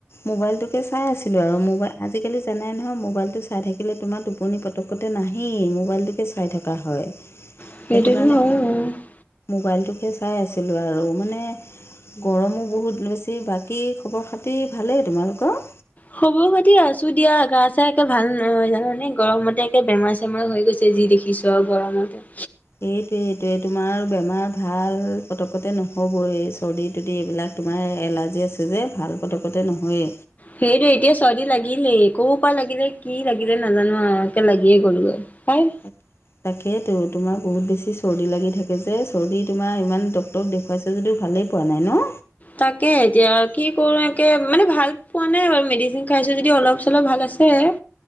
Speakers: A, on the left; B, on the left.
A: মোবাইলটোকে চাই আছিলো আৰু মোবাইল আজিকালি জানেই নহয় মোবাইলটো চাই থাকিলে তোমাৰ টোপনি পতককতে নাহেই মোবাইলটোকে চাই থকা হয়। <inaudible>
B: সেইটো
A: কাৰণে
B: হয় বাৰু।
A: মোবাইলটোকে চাই আছিলোঁ আৰু মানে গৰমো বহুত বেছি বাকী খবৰ খাতি ভালেই তোমালোকৰ?
B: খবৰ খাতি আছো দিয়া গা চা একে ভাল নহয় জান মানে গৰমতে একে বেমাৰ জেমাৰ হৈ গৈছে যি দেখিছো আও গৰমতে।
A: সেইটোৱে এইটোৱে তোমাৰ বেমাৰ ভাল পটকতে নহ'ব এই চৰ্দি তৰ্দি এইবিলাক। তোমাৰ এলাৰ্জি আছে যে ভাল পতকতে নহয়ে।
B: সেইটো এতিয়া চৰ্দি লাগিলে কৌ পা লাগিলে। কি লাগিলে নাজানো আও একে লাগিয়ে গ'ল গৈ।
A: তাক তাকে তো তোমাৰ বহুত বেছি চৰ্দি লাগি থাকে যে চৰ্দি তোমাৰ ইমান ডক্তৰক দেখুৱাইছ যদিও ভালেই পোৱা নাই ন।
B: তাকে এতিয়া আৰু কি কৰো মানে ভাল পোৱা নাই বাৰু মেডিচিন খাইছো যদি অলপ চলপ ভাল আছ- হে